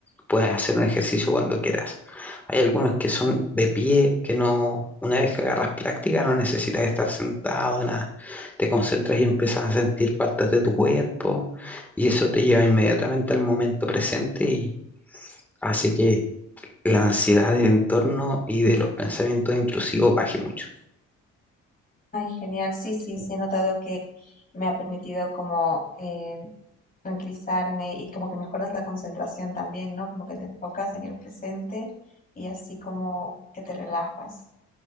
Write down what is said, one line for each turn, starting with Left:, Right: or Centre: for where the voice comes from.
Centre: puedes hacer un ejercicio cuando quieras. Hay algunos que son de pie, que no, una vez que agarras práctica, no necesitas estar sentado, nada. Te concentras y empiezas a sentir partes de tu cuerpo y eso te lleva inmediatamente al momento presente y hace que la ansiedad del entorno y de los pensamientos intrusivos baje mucho.
Left: Ay, genial. Sí, sí, sí, he notado que me ha permitido como eh, tranquilizarme y como que mejoras la concentración también, ¿no? Como que te enfocas en el presente y así como que te relajas.